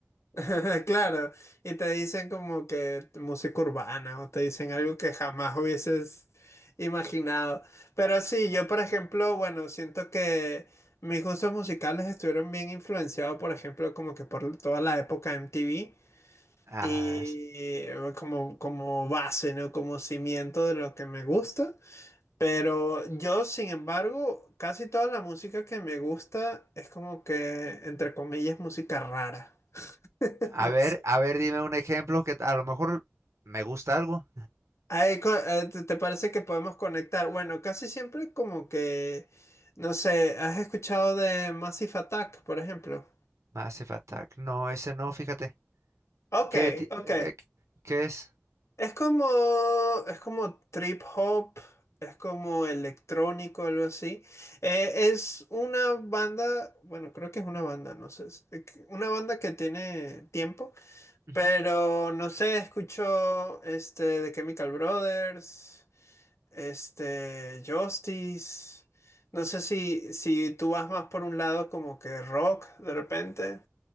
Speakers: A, on the left; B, on the right.
A: <laughs> claro, y te dicen como que música urbana o te dicen algo que jamás hubieses imaginado. Pero sí, yo por ejemplo, bueno, siento que mis gustos musicales estuvieron bien influenciados, por ejemplo, como que por toda la época MTV
B: Ah,
A: y
B: s-
A: eh, como, como base, ¿no? Como cimiento de lo que me gusta. Pero yo, sin embargo, casi toda la música que me gusta es como que, entre comillas, música rara.
B: a
A: No
B: ver,
A: sé.
B: a ver, dime un ejemplo que a lo mejor me gusta algo.
A: Ahí co- eh, ¿te te parece que podemos conectar? Bueno, casi siempre como que, no sé, ¿has escuchado de Massive Attack, por ejemplo?
B: Massive Attack. No, ese no, fíjate.
A: Ok,
B: ¿Qué, ti-
A: ok.
B: eh, qué es?
A: Es como, es como trip hop, es como electrónico, algo así. Eh, es una banda, bueno, creo que es una banda, no sé, es- eh, que- una banda que tiene tiempo,
B: Ujú.
A: pero no sé, escucho este de Chemical Brothers. Este, Justice. No sé si, si tú vas más por un lado como que rock de repente.